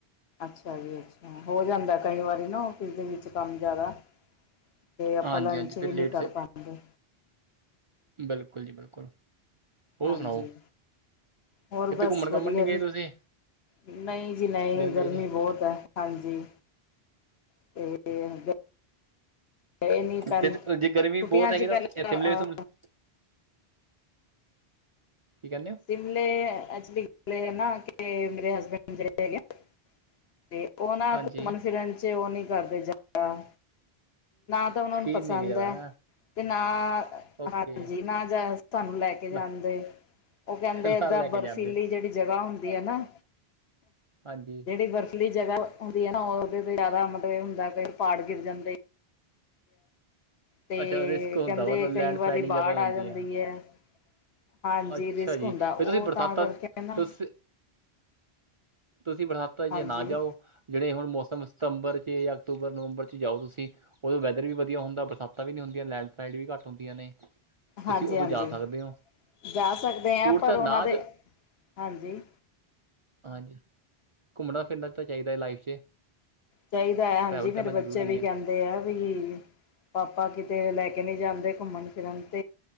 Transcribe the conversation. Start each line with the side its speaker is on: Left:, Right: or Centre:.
Left: ਅੱਛਾ ਜੀ ਅੱਛਾ, ਹੋ ਜਾਂਦਾ ਕਈ ਵਾਰੀ ਨਾ ਆਫਿਸ ਵਿੱਚ ਕੰਮ ਜ਼ਿਆਦਾ ਤੇ ਆਪਾਂ
Right: ਹਾਂਜੀ
Left: ਲੰਚ
Right: ਹਾਂਜੀ ਫਿਰ
Left: ਵੀ ਨਹੀ
Right: ਲੇਟ ਸੇ
Left: ਕਰ ਪਾਂਉਦੇ
Right: ਬਿਲਕੁਲ ਜੀ ਬਿਲਕੁਲ ਹੋਰ
Left: ਹਾਂਜੀ,
Right: ਸੁਣਾਓ
Left: ਹੋਰ
Right: ਕਿਤੇ
Left: ਬਸ
Right: ਘੁੰਮਣ
Left: ਵਧੀਆ
Right: ਘਾਮਣ ਨਹੀਂ ਗਏ
Left: ਜੀ
Right: ਤੁਸੀਂ
Left: ਨਹੀਂ ਜੀ ਨਹੀਂ
Right: ਗਰਮੀਆਂ
Left: ਗਰਮੀ
Right: 'ਚ
Left: ਬਹੁਤ ਹੈ ਹਾਂਜੀ <inaudible> ਤੇ ਗਏ ਨਹੀਂ ਪਹਿਲ
Right: ਤੇ ਜੇ ਗਰਮੀ
Left: ਛੁੱਟੀਆਂ
Right: ਬਹੁਤ ਹੈਗੀ
Left: ਚ
Right: ਤਾਂ
Left: ਪਹਿਲਾਂ
Right: ਸ਼ਿਮਲੇ ਵੀ ਸ਼ਿਮਲੇ ਕੀ ਕਹਿਣੇ ਹੋ
Left: ਸ਼ਿਮਲੇ ਵੱਲ ਨਿਕਲੇ ਹਨਾ। ਨਾ ਕਿ ਮੇਰੇ ਹਸਬੈਂਡ ਜਿਹੜੇ ਹੈਗੇ ਉਹ ਨਾ
Right: ਹਾਂਜੀ
Left: ਘੁੰਮਣ ਫਿਰਨ ਚ ਉਹ ਨੀ ਕਰਦੇ ਨਾ ਜਾਈਦਾ ਤਾਂ ਉਹਨਾ
Right: ਸ਼ੌਕੀਨ
Left: ਨੂੰ ਪਸੰਦ
Right: ਨਹੀਂ ਹੈਗੇ ਜ਼ਿਆਦਾ
Left: ਹੈ ਤੇ ਨਾ
Right: ਓਕੇ
Left: ਹਾਂਜੀ ਨਾ ਜਾ ਸਾਨੂੰ ਲੈ ਕੇ ਜਾਂਣਦੇ
Right: ਨਾ
Left: ਉਹ ਕਹਿੰਦੇ
Right: ਨਾਲ
Left: ਏਦਾਂ
Right: ਲੈ ਕੇ
Left: ਬਰਫੀਲੀ
Right: ਜਾਂਦੇ
Left: ਜਿਹੜੀ ਜਗ੍ਹਾ ਹੁੰਦੀ ਹੈ ਨਾ
Right: ਹਾਂਜੀ
Left: ਜਿਹੜੀ ਬਰਫੀਲੀ ਜਗ੍ਹਾ ਹੁੰਦੀ ਹੈ ਨਾ ਉਹਦੇ ਤੇ ਜਿਆਦਾ ਮੱਤਲਬ ਇਹ ਹੁੰਦਾ ਕੀ ਪਹਾੜ ਗਿਰ ਜਾਂਦੇ ਤੇ
Right: ਅੱਛਾ ਰਿਸਕ ਹੁੰਦਾ
Left: ਕਹਿੰਦੇ
Right: ਮਤਲਬ
Left: ਕਈ
Right: ਲੈਂਡ
Left: ਵਾਰੀ
Right: ਸਲਾਈਡਿੰਗ
Left: ਬਾੜ
Right: ਜ਼ਿਆਦਾ
Left: ਆ
Right: ਹੁੰਦੀ
Left: ਜਾਂਦੀ ਹੈ ਹਾਂਜੀ
Right: ਅੱਛਾ
Left: ਰਿਸਕ
Right: ਜੀ
Left: ਹੁੰਦਾ
Right: ਫਿਰ
Left: ਉਹ
Right: ਤੁਸੀਂ ਬਰਸਾਤਾਂ
Left: ਤਾਂ ਕਰਕੇ ਨਾ
Right: ਤੁਸੀ ਤੁਸੀਂ ਬਰਸਾਤਾ
Left: ਹਾਂਜੀ
Right: ਜੇ ਨਾ ਜਾਓ ਜਿਹੜੇ ਹੁਣ ਮੌਸਮ ਸਤੰਬਰ ਚ ਜਾਂ ਅਕਤੂਬਰ ਨਵੰਬਰ ਚ ਜਾਓ ਤੁਸੀਂ ਉਦੋਂ ਵੈਦਰ ਵੀ ਵਧੀਆ ਹੁੰਦਾ ਬਰਸਾਤ ਵੀ ਨਹੀਂ ਹੁੰਦੀਆਂ ਲੈਂਡਸਲਾਈਡ ਵੀ ਘੱਟ ਹੁੰਦੀਆਂ ਨੇ ਤੁਸੀਂ
Left: ਹਾਂਜੀ
Right: ਉਦੋਂ
Left: ਹਾਂਜੀ
Right: ਜਾ ਸਕਦੇ ਹੋ
Left: ਜਾ ਸਕਦੇ ਆ
Right: ਟੂਰ
Left: ਪਰ
Right: ਤਾਂ
Left: ਉਹਨਾਂ
Right: ਨਾਜ
Left: ਦੇ ਹਾਂਜੀ
Right: ਹਾਂਜੀ ਘੁੰਮਣਾ ਫਿਰਨਾ ਤਾਂ ਚਾਹੀਦਾ ਹੈ ਲਾਈਫ 'ਚ
Left: ਚਾਹੀਦਾ ਹੈ ਹਾਂਜੀ
Right: ਟਰੈਵਲ
Left: ਮੇਰੇ
Right: ਕਰਨਾ
Left: ਬੱਚੇ
Right: ਜ਼ਰੂਰੀ
Left: ਵੀ
Right: ਹੈ
Left: ਕਹਿੰਦੇ ਆ ਵੀ ਪਾਪਾ ਕਿਤੇ ਲੈ ਕੇ ਨਹੀਂ ਜਾਂਦੇ ਘੁੰਮਣ ਫਿਰਨ '